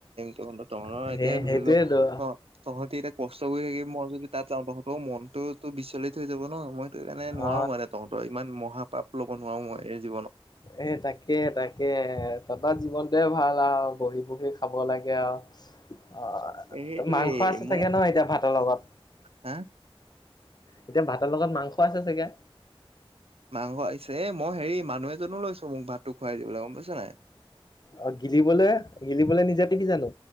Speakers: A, on the right; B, on the left.
A: তহঁতৰ
B: সেই
A: এতিয়া ধৰি
B: সেইটোৱেতো
A: ল' অ' তহঁতি এতিয়া কষ্ট কৰি থাকি মই যদি তাত যাওঁ তহঁতৰ মনতোতো বিচলিত হৈ যাব ন' মই সেই কাৰণে নোৱাৰো
B: অ
A: মানে তহঁতৰ ইমান মহাপাপ ল'ব নোৱাৰো মই এই জীৱনত
B: এ তাকে তাকে ততৰ জীৱনটোৱে ভাল আৰু বহী বহী খাব লাগে আৰু অ',
A: এ সেইটোৱে
B: ত' মাংস আছে
A: মই
B: ছাগে ন' এতিয়া ভাতৰ লগত?
A: হা
B: এতিয়া ভাতৰ লগত মাংস আছে চাগে?
A: মাংস আহিছে এ মই হেৰি মানুহ এজনো লৈছো মোক ভাতটো খুৱাই দিবলৈ গম পাইছ' নাই?
B: অ', গিলিবলৈ গিলিবলে নিজে টিবি জানো?